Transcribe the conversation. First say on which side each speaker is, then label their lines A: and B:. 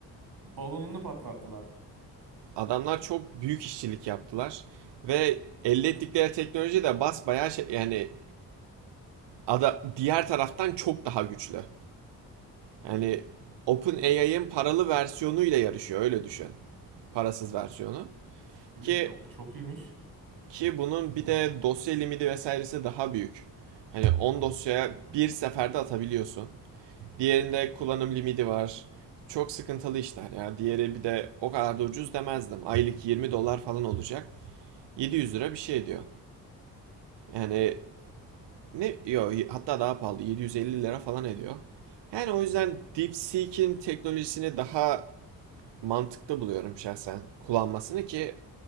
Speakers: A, on the right; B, on the right.
A: balonunu patlattılar.
B: Adamlar çok büyük işçilik yaptılar ve elde ettikleri teknoloji de basbayağı şey, yani ada, diğer taraftan çok daha güçlü.
A: Hı.
B: Yani OpenAI'ın paralı versiyonuyla yarışıyor öyle düşün. Parasız versiyonu.
A: Ücre-
B: Ki
A: e, o Çok iyiymiş.
B: ki bunun bir de dosya limiti vesairesi daha büyük. Hani 10 dosyaya
A: Hı.
B: bir seferde atabiliyorsun. Diğerinde kullanım limiti var. Çok sıkıntılı işler ya. Diğeri bir de o kadar da ucuz demezdim. Aylık 20 dolar falan olacak. 700 lira bir şey ediyor. Yani ne yo hatta daha pahalı 750 lira falan ediyor. Yani o
A: Hı.
B: yüzden DeepSeek'in teknolojisini daha mantıklı buluyorum şahsen kullanmasını ki